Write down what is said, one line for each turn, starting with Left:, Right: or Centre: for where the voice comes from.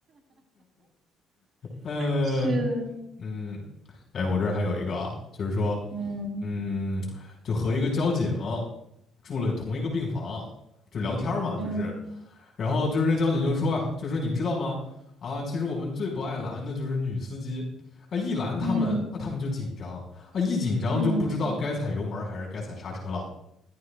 Left: 嗯。
Right: 是的
Left: 嗯，哎，我这儿还有一个啊，就是说，
Right: 嗯
Left: 嗯，就和一个交警住了同一个病房，就聊天儿嘛，
Right: 嗯
Left: 就是，然后就是那交警就说啊，就说你知道吗？啊，其实我们最不爱拦的就是女司机，啊，一拦他们，
Right: 嗯
Left: 啊，他们就紧张，啊，一紧张就不知道该踩油门儿还是该踩刹车了。
Right: 嗯，